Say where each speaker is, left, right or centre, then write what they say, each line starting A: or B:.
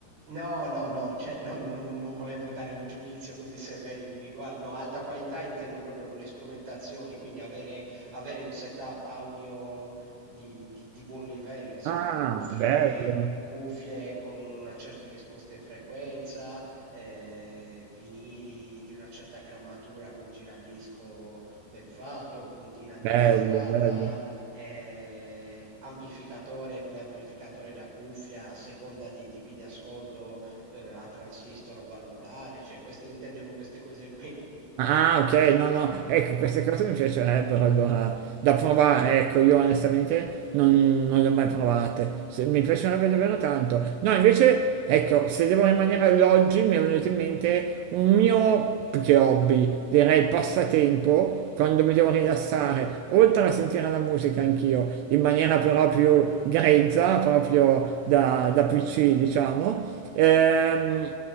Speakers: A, on the right; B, on the right.
A: No, no, no, cioè non, non- non volevo dare un giudizio così severo individuale, no, alta qualità intendo proprio con le strumentazioni, quindi avere, avere un setup audio di, di- di buon livello, insomma,
B: Ah,
A: cuffie,
B: bello,
A: cuffie con una certa risposta in frequenza, eh, vinili di una certa grammatura con giradisco ben fatto, puntina diamantata,
B: bello, bello.
A: eh, amplificatore e preamplificatore da cuffia a seconda dei tipi di ascolto eh, a transistor o valvolare, cioè queste, intendevo queste cose qui.
B: Ah, ok, no, no, ecco, queste cose mi piacerebbero allora da provare, ecco, io onestamente non, non le ho mai provate, Se- mi piacerebbe davvero tanto. No, invece, ecco, se devo rimanere all'oggi mi è venuto in mente un mio, più che hobby, direi passatempo, quando mi devo rilassare, oltre a sentire la musica anch'io, in maniera però più grezza, proprio da, da PC, diciamo. Ehm,